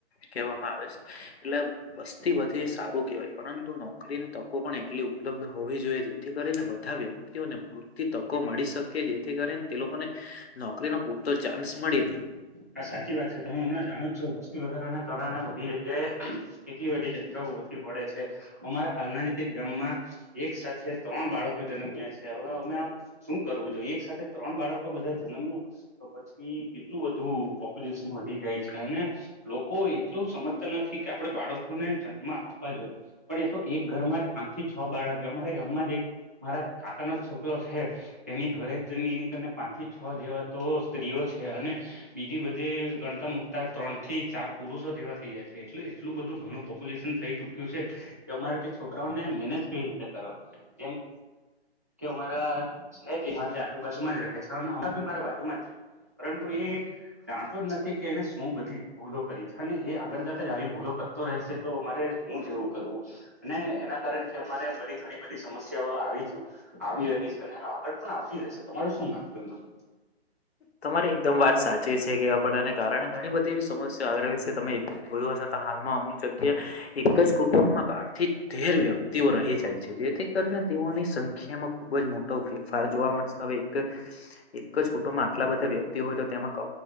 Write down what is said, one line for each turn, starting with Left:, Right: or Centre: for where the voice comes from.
Left: કહેવામાં આવે છે એટલે વસ્તી વધી સારું કેહેવાય પરંતુ નોકરીની તકો પણ એટલી ઉપલબ્ધ હોવી જોઈએ જેથી કરીને બધા વ્યક્તિઓને પૂરતી તકો મળી શકે જેથી કરીને તે લોકોને નોકરીનો ચાન્સ મળી રહે.
Right: હા સાચી વાત છે તમે હમણાં જાણો છો વસ્તી વધારે ને કારણે બધા એ જગ્યાએ કેટલી બધી જગ્યાઓ ઓછી પડે છે અમારા હાલના જ એક ગામમાં એક સાથે ત્રણ બાળકો જન્મ્યા છે હવે અમે શું કરવું જોઈએ એક સાથે ત્રણ બાળકો બધા જન્મવુ તો પછી કેટલું
Left: એટલું
Right: બધું પોપ્યુલેશન વધી જાય છે અને લોકો એટલું સમજતા નથી કે આપણે બાળકોને જન્મ આપવા જોઈએ પણ એ તો એક ઘર માં પાંચથી છ બાળક અમારે ગામમાં જ એક મારા કાકાનો છોકરો છે તેની ઘરે જ એનીને પાંચ થી છ જેવા
Left: બધું
Right: તો સ્ત્રીઓ છે અને બી જે બધે ગણતા મુકતા ત્રણ થી ચાર પુરુષો જેવા થઈ જાય છે એટલે એટલું બધું ઘણું પોપ્યુલેશન થઈ ચુક્યું છે કે અમારે તે છોકરાઓને મેનેજ કઈ રીતે કરવા. જેમ કે અમારા છે જે મારી આજુબાજુ માં જ રહે છે અમે મારા બાજુમાં જ છે. પરંતુ એ જા તો જ નથી કે એને શું બધી ભૂલો કરી છે અને એ આગળ જતા જ આવી ભૂલો કરતો રહેશે તો અમારે શું શું કરવું એને કારણે અમારે ઘણી બધી સમસ્યાઓ આવી આવી રહી છે. આગળ પણ આવતી રહેશે તમારું શું માનવું એ
Left: તમારે એકદમ વાત સાચી છે કે આપ ને કારણે ઘણી બધી એવી સમસ્યા આવી રહી છે તમે જોય હશે તો હાલમાં અમુક જગ્યા એક જ કુટુંબમાં બાર થી તેર વ્યક્તિઓ રહી જાય છે જેથી કરીને તેઓની સંખ્યામાં ખુબ જ મોટો ફેરફાર જોવા મળશે હવે એક એક જ કુટુંબમાં આટલા બધા વ્યક્તિ હોય તો તેમાં ક